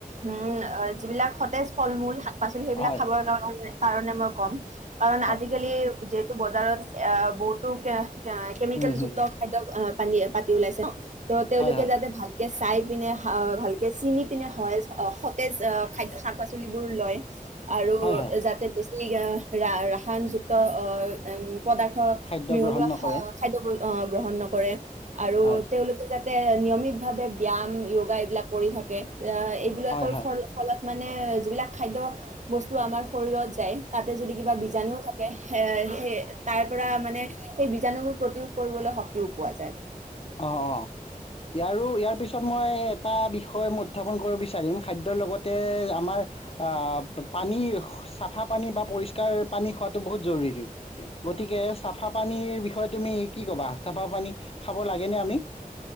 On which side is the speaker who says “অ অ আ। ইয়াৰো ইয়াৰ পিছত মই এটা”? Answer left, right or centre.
Left